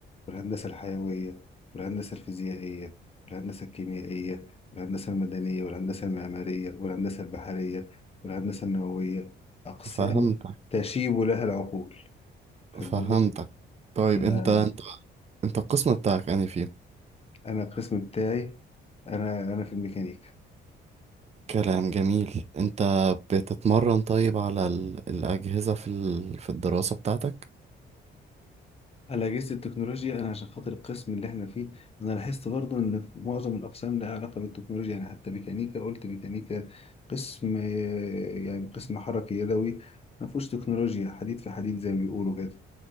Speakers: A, on the left; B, on the right.
A: والهندسه الحيويه والهندسه الفيزيائيه والهندسه الكيميائيه والهندسه المدنيه والهندسه المعماريه والهندسه البحريه والهندسه النوويه اقسام
B: فهمتك
A: تشيب لها العقول خد
B: فهمتك
A: بالك
B: طيب
A: انا
B: انت انت انت القسم بتاعك يعني فيه
A: انا القسم بتاعي انا انا في الميكانيكا
B: كلام جميل انت بتتمرن طيب على ال... الاجهزه في ال... في الدراسه بتاعتك
A: الاجهزه التكنولوجيا انا عشان خاطر القسم اللي احنا فيه انا لاحظت برضو ان في معظم الاقسام لها علاقه بالتكنولوجيا يعني حتى ميكانيكا قلت ميكانيكا قسم آه، يعني قسم حركي يدوي ما فيهوش تكنولوجيا حديد في حديد زي ما بيقولوا كده